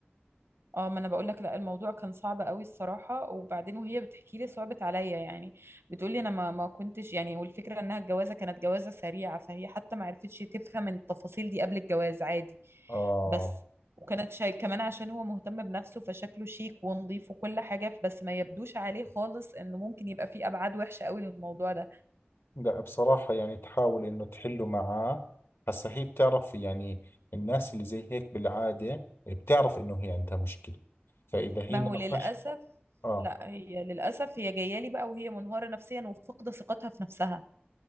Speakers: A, on the right; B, on the left.
A: اه ما انا بقول لك لا الموضوع كان صعب قوي الصراحه وبعدين وهي بتحكي لي صعبت عليا يعني بتقول لي انا ما ما كنتش يعني والفكره انها الجوازه كانت جوازه سريعه فهي حتى ما عرفتش تفهم التفاصيل دي قبل الجواز عادي
B: اه
A: بس وكانت شاي كمان عشان هو مهتم بنفسه فشكله شيك ونظيف وكل حاجه بس ما يبدوش عليه خالص انه ممكن يبقى فيه ابعاد وحشه قوي للموضوع ده
B: لا بصراحة يعني تحاول إنه تحله معاه هسا هي بتعرف يعني الناس اللي زي هيك بالعادة بتعرف إنه هي عندها مشكلة فإذا هي
A: ما هو
B: ناقش
A: للاسف
B: آه
A: لا هي للاسف هي جايه لي بقى وهي منهاره نفسيا وفقد ثقتها في نفسها